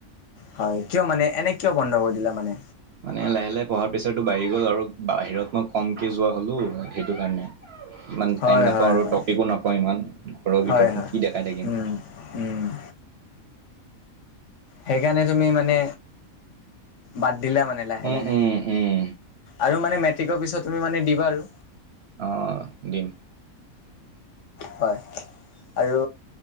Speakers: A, on the left; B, on the right.
A: হয় কিয় মানে এনে কিয় বন্ধ কৰি দিলা মানে
B: মানে লাহে লাহে পঢ়াৰ প্ৰেছাৰটো বাঢ়ি গ'ল আৰু বাহিৰত মই কমকে যোৱা হ'লো সেইটো কাৰণে ইমান
A: হয়
B: টাইম নাপাওঁ
A: হয়
B: আৰু
A: হয়
B: টপিকো নাপাওঁ ইমান ঘৰৰ
A: হয়
B: ভিতৰত
A: হয়
B: নো কি দেখাই থাকিম
A: উম উম সেইকাৰণে তুমি মানে বাদ দিলা মানে লাহে
B: উম
A: লাহে
B: উম উম
A: আৰু মানে মেট্ৰিকৰ পিছত তুমি মানে দিবা আৰু
B: অ দিম
A: হয় আৰু